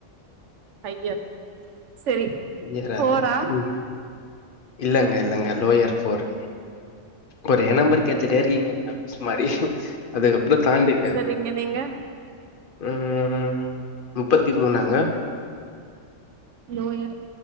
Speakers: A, on the right; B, on the left.
A: ஐயே செரி
B: ஏறாது
A: ஃபோரா
B: ம் இல்லங்க இல்லங்க லோயர் ஃபோர் ஒரு நம்பரு கேட்டுட்டே இருக்கீங்க நீங்க லூஸ் மாரி அதுக்கப் றம் தாண்டுங்க
A: சரிங்க நீங்க
B: ம் முப்பத்தி மூணாங்க
A: லோயர்